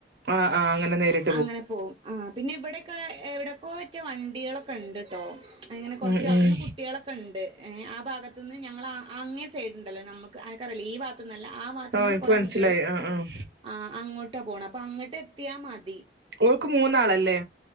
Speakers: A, on the right; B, on the right.
A: ആഹ് ആഹ് അങ്ങനെ നേരി-
B: അങ്ങനെ പോവും ആഹ് പിന്നെ ഇവിടെക്കെ എവിടെക്കെ വെച്ച വണ്ടികളൊക്കെ ഉണ്ട് കേട്ടോ അങ്ങനെ കുറച്ച്
A: ഉം
B: അവിടുന്ന്
A: ഉം
B: കുട്ടികളൊക്കെ ഉണ്ട് ആഹ് ഭാഗത്തുന്ന് ഞങ്ങള- അങ്ങേ സൈഡുണ്ടല്ലോ നമ്മുക്ക് അനക്കറില്ലേ ഈ ഭാത്തു നിന്നല്ല ആഹ് ഭാത്തു നിന്ന്
A: എനിക്ക്
B: കുറെ
A: മനസ്സിലായി
B: കുട്ടികള്-
A: ആഹ് ആഹ്
B: ആഹ് അങ്ങോട്ടാ പോണേ അപ്പൊ അങ്ങോട്ട് എത്തിയാൽ മതി
A: ഓൾക്ക് മൂന്നാളല്ലേ?